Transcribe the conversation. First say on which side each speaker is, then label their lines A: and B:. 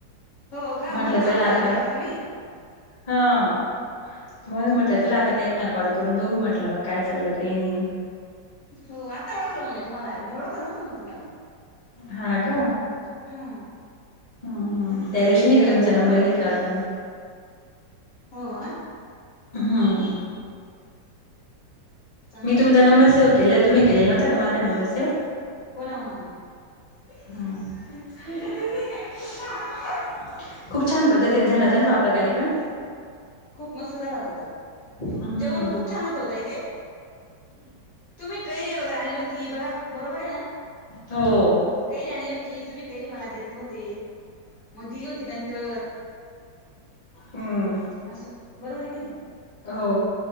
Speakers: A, on the left; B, on the left.
A: हो का
B: म्हटलं
A: म्हणून मला
B: चला आता,
A: कॉल केला का तुम्ही?
B: हा. म्हणून
A: हा
B: म्हटल
A: हा
B: चला
A: हा.
B: आता ताईंना कॉल करून बघू म्हटलं, काय चाललं काय नाही.
A: हो आता ओळखलं म मी तुम्हाला, मी ओळखल न्हवतं मग तुम्हाला.
B: हा का?
A: हा
B: हम्म हम्म, त्या दिवशी नाही का
A: ओळखलं
B: तुमचा नंबर
A: नव्हतं
B: घेतला
A: ना
B: होता मी.
A: हो ना.
B: हम्म
A: चांगलं
B: मी
A: आहे
B: तुमचा
A: जाऊ
B: नंबर
A: द्या
B: सेव केला, तुम्ही केलेला नव्हता का माझा नंबर सेव्ह?
A: हो ना, हो ना, हो ना.
B: हा, तेजस्विनी एकटीच थांब. खूप छान पद्धतीने झाला होता ना तो आपला कार्यक्रम.
A: खूप मस्त झाला होता तो,
B: हम्म
A: जेवण खूप छान होत ओ ताई ते. तुम्ही कैरी वगैरे आणली होती. बघा बरोबर आहे ना.
B: हो
A: कैरी आणली होती. तुम्ही कैरी मला देत नव्हते. मग दिली होती नंतर.
B: हम्म.
A: असं बरोबर आहे की नाही.
B: हो